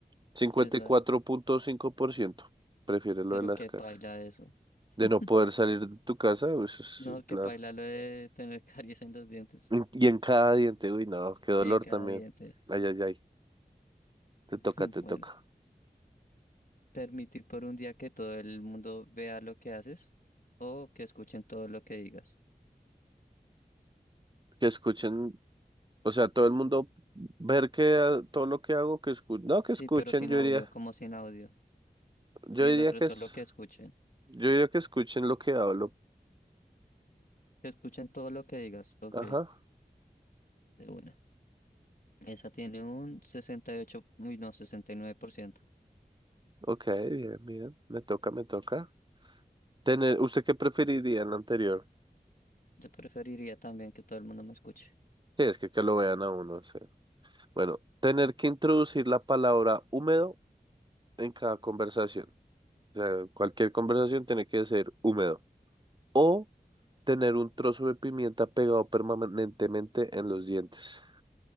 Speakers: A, on the right (about 30°); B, on the left (about 60°).
A: cincuenta
B: Sí, esa-
A: y cuatro punto cinco por ciento prefiere lo
B: pero
A: de las
B: que
A: caries.
B: paila eso.
A: De
B: <laughs>
A: no poder salir de tu casa, pues eso
B: No,
A: es
B: que
A: claro.
B: paila lo de tener <laughs> caries en los dientes.
A: Y en cada diente, uy, no, qué dolor
B: Sí, en cada
A: también.
B: diente.
A: Ay, ay, ay, te toca,
B: <laughs>
A: te
B: Bueno.
A: toca.
B: Permitir por un día que todo el mundo vea lo que haces o que escuchen todo lo que digas.
A: Que escuchen, o sea, todo el mundo ver que ah, todo lo que hago, que escuchen, no,
B: Sí,
A: que escuchen,
B: pero sin
A: yo
B: audio,
A: diría,
B: como sin audio.
A: yo
B: Y
A: diría
B: el otro
A: que
B: es
A: es,
B: solo que escuchen.
A: yo diría que escuchen lo que hablo.
B: Que escuchen todo lo que digas. Ok,
A: Ajá,
B: de una. Esa tiene un sesenta y ocho uy no, sesenta y nueve por ciento
A: ok, bien, bien, me toca, me toca. Tener, ¿usted qué preferiría en la anterior?
B: Yo preferiría también que todo el mundo me escuche.
A: Sí, es que que lo vean a uno, sí. Bueno, tener que introducir la palabra húmedo en cada conversación. O sea, cualquier conversación tiene que ser húmedo. O tener un trozo de pimienta pegado permanentemente en los dientes.